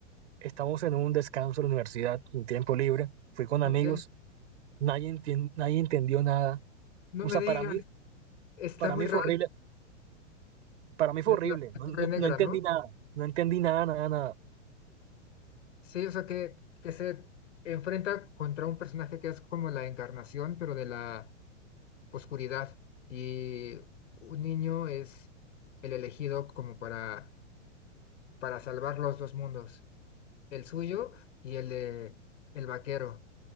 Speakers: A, on the right (about 70°); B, on the left (about 75°).
A: estamos en un descanso en la universidad, un tiempo libre, fui con
B: ok.
A: amigos, nadie, entien- nadie entendió nada,
B: No
A: o
B: me
A: sea,
B: digas,
A: para mí
B: está
A: Para
B: muy
A: mí
B: raro.
A: fue horrible, para mí fue
B: Es
A: horrible,
B: la, la
A: no,
B: Torre
A: no-
B: Negra,
A: no entendí
B: ¿no?
A: nada, no entendí nada, nada, nada.
B: Sí, o sea que, que se enfrenta contra un personaje que es como la encarnación, pero de la oscuridad y un niño es el elegido como para, para salvar los dos mundos, el suyo y el de el vaquero.